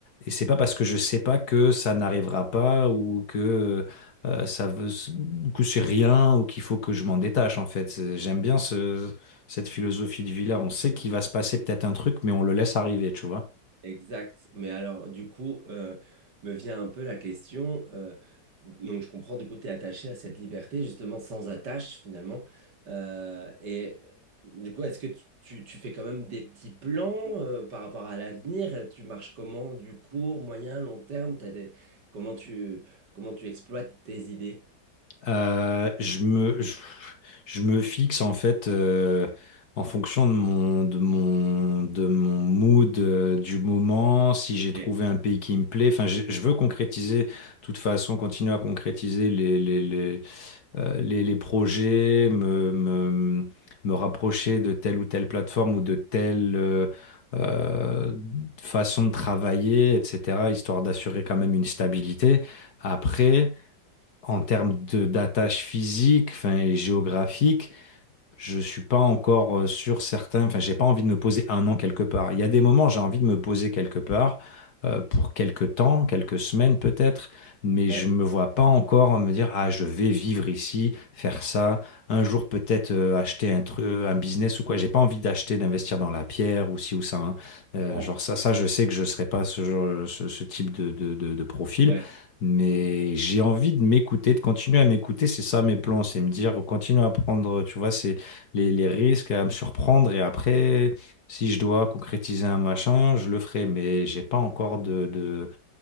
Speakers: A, on the left (about 60°); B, on the right (about 70°).
A: Et c'est pas parce que je sais pas que ça n'arrivera pas ou que euh, ça veut que c'est rien ou qu'il faut que je m'en détache en fait. C'est- J'aime bien ce, cette philosophie de vie là. On sait qu'il va se passer peut-être un truc, mais on le laisse arriver, tu vois.
B: Exact. Mais alors, du coup, euh, me vient un peu la question. euh, donc, je comprends, du coup, tu es attaché à cette liberté, justement, sans attache, finalement. Euh, et du coup, est-ce que tu, tu- tu fais quand même des petits plans euh, par rapport à l'avenir? Tu marches comment, du court, moyen, long terme? T'as des... Comment tu, comment tu exploites tes idées?
A: Euh, je me, je, je me fixe en fait euh, en fonction de mon, de mon, de mon mood euh, du moment, si j'ai
B: Ok.
A: trouvé un pays qui me plaît. Enfin, je, je veux concrétiser, de toute façon, continuer à concrétiser les les les, euh, les, les projets, me, me, me rapprocher de telle ou telle plateforme ou de telle euh, euh, façon de travailler, etc., histoire d'assurer quand même une stabilité. Après, en termes de d'attache physique, enfin, et géographique, je suis pas encore euh, sûr certain. Enfin, j'ai pas envie de me poser un an quelque part. Il y a des moments, j'ai envie de me poser quelque part euh, pour quelque temps, quelques semaines peut-être, mais
B: Ouais.
A: je me vois pas encore me dire, ah, je vais vivre ici, faire ça. Un jour peut-être euh, acheter un truc, un business ou quoi. J'ai pas envie d'acheter, d'investir dans la pierre ou ci ou ça. hein. Euh,
B: Ouais.
A: genre ça, ça, je sais que je serai pas ce, genre- ce, ce type de, de, de, de profil.
B: Ouais.
A: Mais j'ai envie de m'écouter, de continuer à m'écouter, c'est ça mes plans, c'est me dire, continue à prendre, tu vois, c'est les, les risques à me surprendre et après, si je dois concrétiser un machin, je le ferai, mais j'ai pas encore de, de,